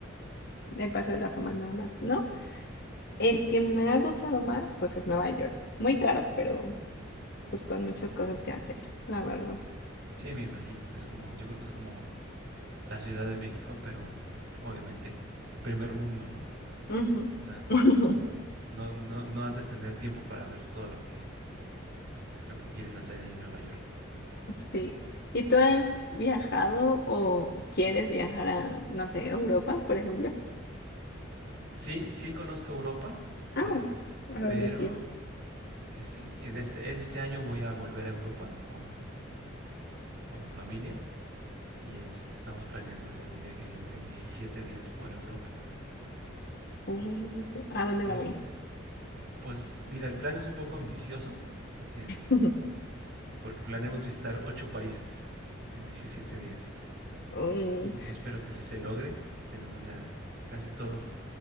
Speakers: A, on the left; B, on the right.
A: el Paseo de la Fama nada más, ¿no? El que me ha gustado más, pues es Nueva York. Muy caro, pero pues con muchas cosas que hacer, la verdad.
B: sí, me imagino. Es como, yo creo que es como la Ciudad de México, pero obviamente en primer mundo, ¿no?
A: Ujú.
B: O sea,
A: <laughs>
B: no, no, no has de tener tiempo para ver todo lo que lo que quieres hacer allá en Nueva York.
A: Sí. ¿Y tú has viajado o quieres viajar a, no sé, Europa, por ejemplo?
B: Sí, sí conozco Europa, eh,
A: Ah, ¿A dónde
B: pero
A: has ido?
B: eh, sí, este, este año voy a volver a Europa con, con mi familia y este, estamos planeando hacer un viaje ahí de 17 días por Europa.
A: uh, ¿a dónde
B: Y
A: van a ir?
B: pues mira, el plan es un poco ambicioso, es
A: <laughs>
B: porque planeamos visitar 8 países en 17 días.
A: Mm,
B: Yo, yo espero que sí se logre, tenemos ya casi todo